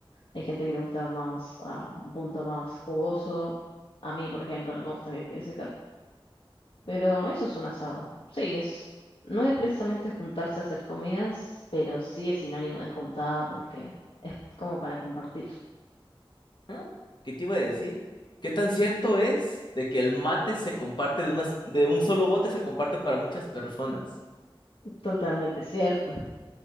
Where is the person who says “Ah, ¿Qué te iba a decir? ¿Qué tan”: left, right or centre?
Left